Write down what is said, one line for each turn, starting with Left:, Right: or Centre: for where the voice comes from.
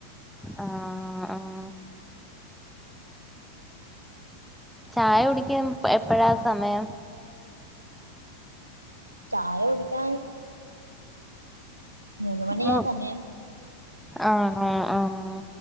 Centre: ആഹ് ആഹ്. ചായ കുടിക്ക്യും പ എപ്പഴാ സമയം.
Right: ചായ കുടിക്കാൻ. മൂന്ന് മണിയാ
Centre: മൂ
Right: സമയം.
Centre: ആണോ ആഹ്